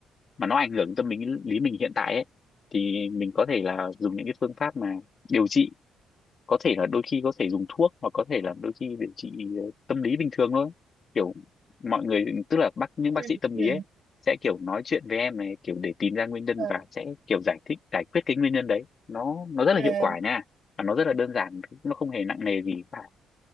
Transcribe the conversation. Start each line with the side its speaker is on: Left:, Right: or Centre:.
Left: mà nó ảnh hưởng tâm lý lý mình hiện tại ấy thì mình có thể là dùng những cái phương pháp mà điều trị có thể là đôi khi có thể dùng thuốc hoặc có thể là đôi khi để trị ờ, tâm lý bình thường thôi kiểu mọi người tức là bác những bác sĩ
Right: Ừ.
Left: tâm lý ấy sẽ kiểu nói chuyện với em này kiểu để tìm ra nguyên nhân
Right: Ờ.
Left: và sẽ kiểu giải thích giải quyết cái nguyên nhân đấy nó nó rất là
Right: à,
Left: hiệu quả nha và nó rất là đơn giản nó không hề nặng nề gì cả